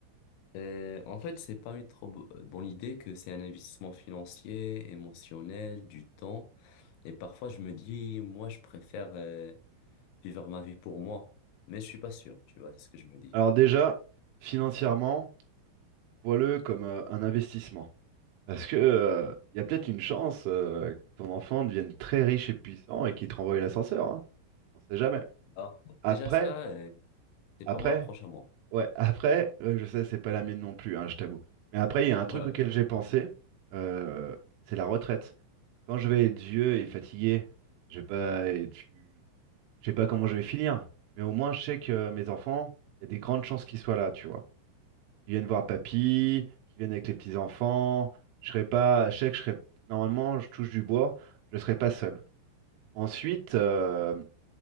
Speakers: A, on the left; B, on the right.
A: Euh, en fait, c'est pas une trop bo- euh, bonne idée que c'est un investissement financier, émotionnel, du temps. Et parfois, je me dis, moi, je préfère euh, vivre ma vie pour moi. Mais je suis pas sûr, tu vois, c'est ce que je me dis.
B: Alors déjà, financièrement, vois-le comme euh, un investissement. Parce que il y a peut-être une chance euh, que ton enfant devienne très riche et puissant et qu'il te renvoie l'ascenseur. hein. On sait jamais.
A: Alors,
B: Après,
A: déjà ça, euh, c'est
B: après,
A: pas mon approche à moi.
B: Ouais, après, euh, je sais, c'est pas la mienne non plus, hein, je t'avoue. Mais après, il y a un truc
A: <laughs> Ouais,
B: auquel
A: ouais.
B: j'ai pensé, euh, c'est la retraite. Quand je vais être vieux et fatigué, je vais pas être- je sais pas comment je vais finir, mais au moins je sais que mes enfants, il y a des grandes chances qu'ils soient là, tu vois. Ils viennent voir papy, qu'ils viennent avec les petits-enfants, je serai pas, je sais que je serai, normalement, je touche du bois, je serai pas seul. Ensuite, euh,